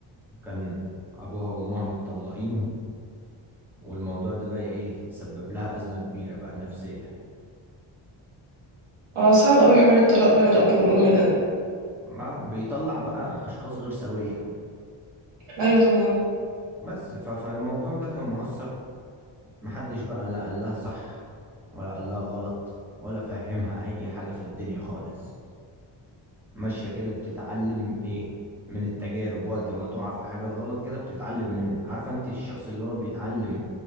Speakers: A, in the centre; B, on the right (about 80°).
A: كان أبوها وأمها متطلقين والموضوع ده بقى إيه سبب لها أزمة كبيرة بقى نفسية
B: اه صعب قوي حوار الطلاق بين الاب والام ده
A: ما بيطلع بقى أشخاص غير سوية
B: ايوه طبعا
A: بس ف- فالموضوع ده كان مؤثر محدش بقى لا قال لها صح ولا قال لها غلط ولا فهمها أي حاجة في الدنيا خالص ماشية كده بتتعلم ايه من التجارب وقت ما تقع في حاجة غلط كده بتتعلم من عارفة انت الشخص اللي هو بيتعلم